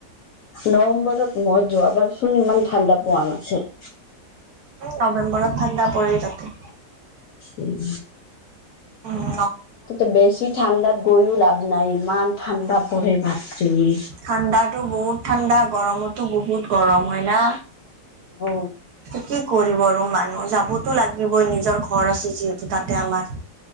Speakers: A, on the left (about 65°); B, on the right (about 70°).
A: নৱেম্বৰত মই যোৱাবাৰচোন ইমান ঠাণ্ডা পোৱা নাছিল
B: নৱেম্বৰত ঠাণ্ডা পৰে তাতে
A: উম
B: অ
A: তাতে বেছি ঠাণ্ডাত গৈও লাভ নাই ইমান ঠাণ্ডা পৰে বাপৰে।
B: ঠাণ্ডাতো বহুত ঠাণ্ডা গৰমতো বহুত গৰম হয় না
A: অ
B: কি কৰিব আৰু মানুহ যাবতো লাগিবই নিজৰ ঘৰ আছে যিহেতু তাতে আমাৰ